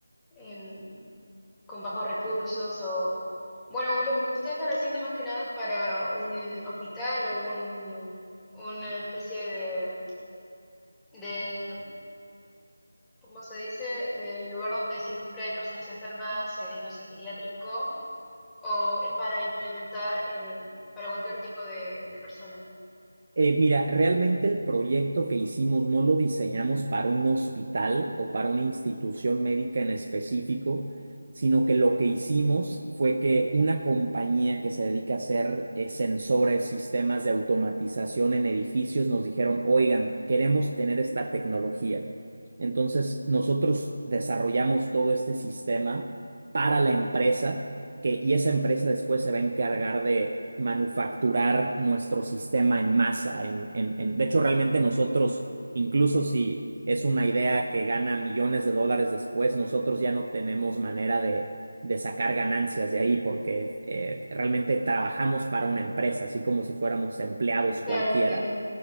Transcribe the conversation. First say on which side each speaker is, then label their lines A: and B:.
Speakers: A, in the centre; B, on the right.
A: em, con bajos recursos o... Bueno, lo que ustedes están haciendo más que nada es para un hospital o un, una especie de, de, ¿cómo se dice? De lugar donde siempre hay personas enfermas, eh, no sé, geriátrico o es para implementar eh, para cualquier tipo de, de persona.
B: Eh, mira, realmente el proyecto que hicimos no lo diseñamos para un hospital o para una institución médica en específico, sino que lo que hicimos fue que una compañía que se dedica a hacer eh, sensores, sistemas de automatización en edificios, nos dijeron, oigan, queremos tener esta tecnología. Entonces, nosotros desarrollamos todo este sistema para la empresa que, y esa empresa después se va a encargar de manufacturar nuestro sistema en masa. En, en, en- de hecho, realmente nosotros, incluso si es una idea que gana millones de dólares después, nosotros ya no tenemos manera de, de sacar ganancias de ahí porque eh, realmente trabajamos para una empresa, así como si fuéramos empleados
A: Claro,
B: cualquiera.
A: entiendo.